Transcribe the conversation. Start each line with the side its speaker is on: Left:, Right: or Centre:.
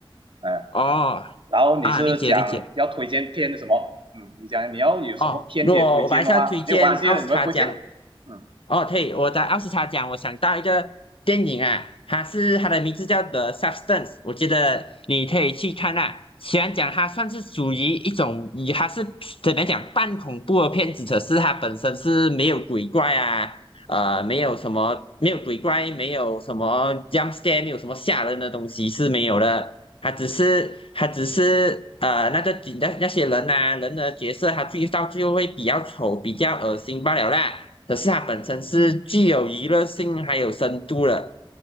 Right: 嗯，
Left: 哦，
Right: 然后你是讲要推荐片什么？
Left: 啊，理解理解。
Right: 嗯，你讲你要有什么片可以推荐的话，
Left: 哦，若我白下推荐奥斯卡奖
Right: 没有关系的，你们推荐啊。嗯，
Left: 哦，对，我在奥斯卡奖，我想到一个电影啊，它是它的名字叫《The Substance》，我觉得你可以去看啊。虽然讲它算是属于一种，以它是怎么讲半恐怖的片子，可是它本身是没有鬼怪啊，呃，没有什么没有鬼怪，没有什么 jump scare，没有什么吓人的东西是没有的。他只是他只是呃那个景那那些人呐、啊人的角色，他最到最后会比较丑、比较恶心罢了啦。可是它本身是具有娱乐性还有深度的，